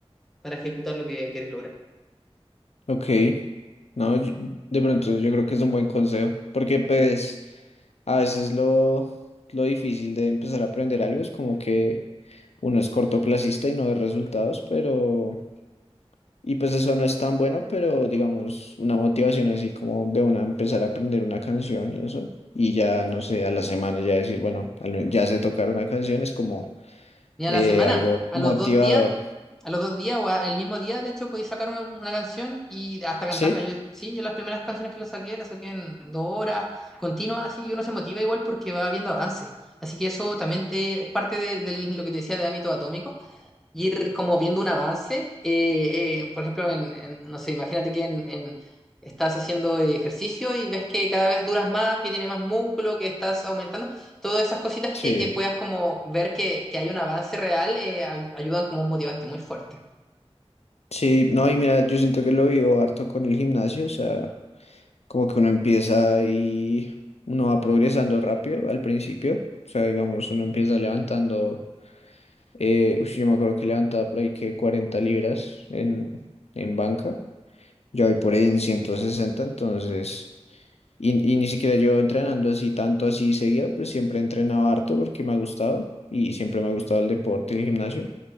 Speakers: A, in the centre; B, on the left.
A: para ejecutar lo que quieres lograr.
B: ok. No, yo- de pronto yo creo que es un buen consejo, porque pues a veces lo, lo difícil de empezar a aprender algo es como que uno es cortoplacista y no ve resultados, pero... Y pues eso no es tan bueno, pero digamos, una motivación así como de una empezar a aprender una canción y eso. Y ya, no sé, a la semana ya decir, bueno, al men- ya sé tocar una canción, es como
A: ni a
B: eh,
A: la semana,
B: algo
A: a
B: motivador.
A: los dos días, a los dos días o a- el mismo día, de hecho, podéis sacar un- una canción y hasta cantarla.
B: Sí,
A: Yo, sí, yo las primeras canciones que las saqué, las saqué en dos horas continuas, así, y uno se motiva igual porque va viendo avance. Así que eso también te- es parte de, de lo que te decía de ámbito atómico ir como viendo un avance. eh, eh, por ejemplo, en, en- no sé, imagínate que en, en- estás haciendo ejercicio y ves que cada vez duras más, que tiene más músculo, que estás aumentando. Todas esas cositas
B: sí,
A: que, que puedas como ver que, que hay un avance real eh, ay- ayudan como un motivante muy fuerte.
B: sí. No, y mira, yo siento que lo vivo harto con el gimnasio, o sea, como que uno empieza y uno va progresando rápido al principio. O sea, digamos, uno empieza levantando, eh, ush, yo me acuerdo que levantaba por ahí que 40 libras en, en banca. Yo voy por ahí en 160, entonces, y, y ni siquiera yo entrenando así tanto así seguido, pues siempre he entrenado harto porque me ha gustado y siempre me ha gustado el deporte y el gimnasio,